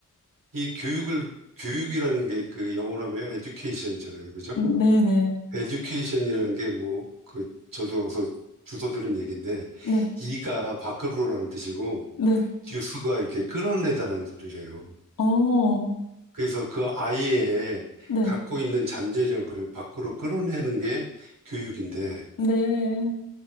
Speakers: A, on the right; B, on the left.
A: 이 교육을, 교육이라는 게 그 영어로 하면 education이잖아요. 그죠?
B: 네네.
A: 에듀케이션이라는 게 뭐, 그, 저도 어서 주워 들은 얘기인데,
B: 네,
A: 이가 밖으로라는 뜻이고,
B: 네.
A: 듀스가 이렇게 끌어내다라는 소리래요.
B: 어,
A: 그래서 그 아이의
B: 네,
A: 갖고 있는 잠재력을 밖으로 끌어내는 게 교육인데,
B: 네.